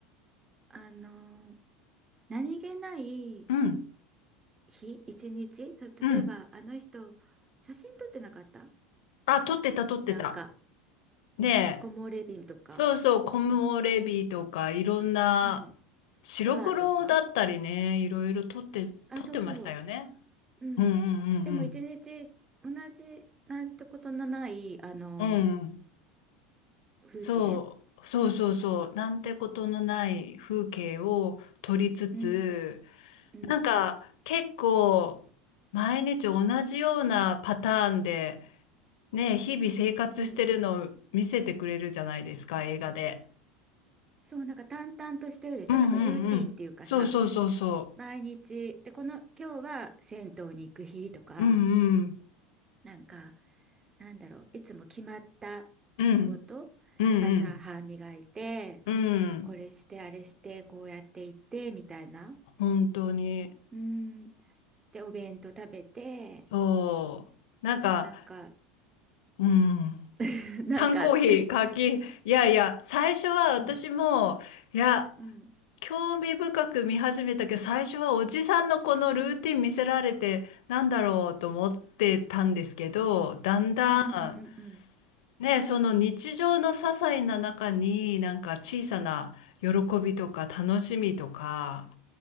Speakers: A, on the right; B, on the left.
A: あの、何気ない
B: うん
A: 日、一日、そう、
B: うん。
A: 例えばあの人、写真撮ってなかった
B: あ、取ってた取ってた。
A: なんか、
B: ねえ。
A: 木漏れ日とか、
B: そうそう、コモレビとかいろんな
A: うん、
B: 白黒だったりね、
A: 空とか。
B: いろいろ取って、
A: あ、
B: 取ってましたよね。
A: そうそう。うん。
B: うんう
A: でも一日同じなんてことのない、
B: ん
A: あの、
B: うんうん。うん。
A: 風景
B: そう、そうそうそう。なんてことのない風景を撮りつつ、
A: うん、うん、
B: なんか結構毎日同じようなパターンで、ね、日々生活してるのを見せてくれるじゃないですか、
A: うん。
B: 映画で。
A: そう、なんか淡々としてるでしょなんかルーティーンっていうかさ、
B: うんうんうん。そうそうそうそ
A: 毎日、で、この、今日は銭湯に行く日とか、
B: う。うんうん。
A: なんか、なんだろう、いつも決まった仕事
B: うんうん
A: 朝歯磨いて、
B: うん。うん。
A: これして、あれして、こうやって行って、みたいな。
B: 本当に。
A: うん。で、お弁当食べて、
B: そう。なんか、
A: なんか、
B: うん。
A: <laughs> なんかあって。
B: 缶コーヒー、カキ、いやいや、最初は私も、
A: うん
B: いや、
A: うん、
B: 興味深く見始めたけど、最初はおじさんのこのルーティン見せられて、なんだろうと思ってたんですけど、だんだ
A: うんうんうんうんうん
B: ん、ね、その日常の些細な中に、なんか小さな喜びとか楽しみとか、